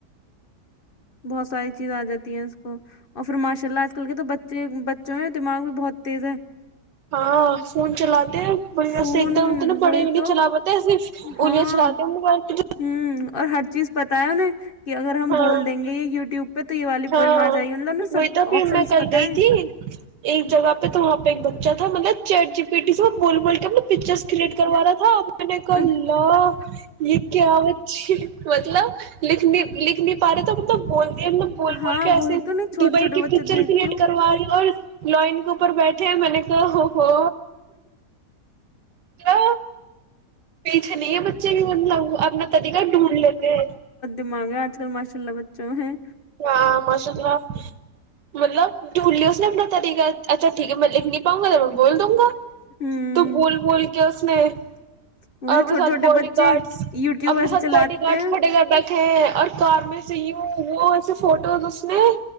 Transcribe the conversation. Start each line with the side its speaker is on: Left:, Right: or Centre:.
Left: بہت ساری چیز آ جاتی ہیں اس کو اور پھر ماشاء اللہ آج کل کے تو بچے بچوں ہیں دماغ بھی بہت تیز ہے
Right: ہاں فون چلاتے ہیں بڑھیا
Left: فون
Right: سے ایک دم اتنے پڑھے
Left: وہی
Right: بھی نہیں
Left: تو
Right: چلا پاتے ایسے
Left: ہاں
Right: اوریا چلاتے ہیں موبائل تو
Left: ہوں اور ہر چیز پتا ہے انہیں کہ اگر ہم
Right: ہاں
Left: بول دیں گے یہ و ٹیوب پہ تو یہ والی
Right: ہاں
Left: پوئم آ جائے گی مطلب انہیں سب
Right: وہی تو پھر
Left: آپشنس
Right: میں کل
Left: پتہ
Right: گئی
Left: ہیں
Right: تھی ایک جگہ پہ تو وہاں پہ ایک بچہ تھا چیٹ جی پیٹی سب بول بول کےول پکچرس کریئٹ کروا رہا تھا میںنے کہا
Left: اور
Right: اللہ یہ کیا چیز مطلب لکھنی لکھنی پارے مطلب بولتی ہے مطب بول
Left: ہاں
Right: بول کے ایسے
Left: وہی تو نہیں چھوٹے
Right: دبئی
Left: چھوٹے
Right: کی
Left: بچے
Right: پکچر
Left: دیکھتی
Right: کریٹ
Left: ہوں
Right: کروا رہی اور لو ان کے اوپر بیٹھے میں نے ا ہو ہو ما پیچھا نہیں ہے بچے بھی اپنا کدھی گ ڈھونڈ لتے ہے
Left: مانگا آج کل ماشاء اللہ بچوں ہے
Right: ہاں ماشاء اللہ مطلب ڈونلڈ اس نے اپنا طریقہ اچھا ٹھیک ہے میں لکھ نہیں پاؤں گا میں بول دوں گا
Left: ہوں
Right: تو بول بول کے <inaudible>
Left: مجھے
Right: اور اپنے
Left: چھوٹے
Right: ساتھ
Left: چھوٹے
Right: باڈی
Left: بچے
Right: گارڈس
Left: یوٹیوب
Right: اپنے
Left: ایسے
Right: ساتھ
Left: چلاتے
Right: باڈی گارڈس
Left: ہیں
Right: کھٹے رہتا ہ تھے اور کار میں سے یوں روز فوٹوز اس نے